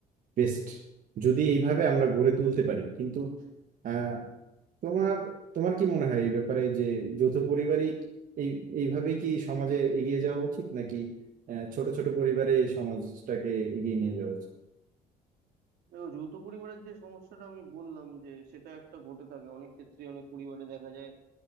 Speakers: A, on the right (about 55°); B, on the right (about 75°).
A: বেস্ট যদি এইভাবে আমরা গড়ে তুলতে পারি কিন্তু আহ, তোমার তোমার কি মনে হয় এই ব্যাপারে যে যৌথ পরিবারই এই এইভাবেই কি সমাজে এগিয়ে যাওয়া উচিত নাকি আহ, ছোট ছোট পরিবারে সমাজটাকে এগিয়ে নিয়ে যাওয়া উচিত
B: দেখো যৌথ পরিবারের যে সমস্যাটা আমি বললাম যে সেটা একটা ঘটে থাকে অনেক ক্ষেত্রে অনেক পরিবারে দেখা যায়